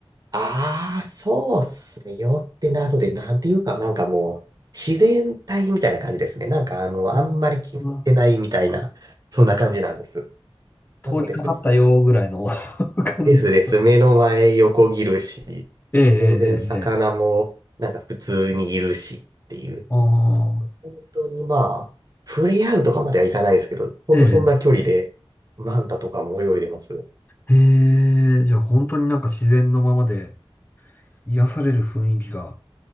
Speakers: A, on the right; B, on the left.
A: ああ、そうっすね。よってなので、なんていうか、なんかもう、自然体みたいな感じですね。なんか、あの、
B: <laughs> うん
A: あんまり気にしてないみたいな、
B: あ
A: そんな感じなんです。
B: 通りかかったよぐらいの
A: なので、普通
B: <laughs> 感じで。
A: ですです。目の前横切るし、
B: ええ、ええ、
A: 全然魚も、
B: ええ。
A: なんか普通にいるしっていう。
B: ああ、
A: 本当にまあ、触れ合うとかまではいかないですけど、本当そんな距離で、
B: ええ。
A: マンタとかも泳いでます。
B: ええ、じゃあ本当になんか自然のままで癒される雰囲気が、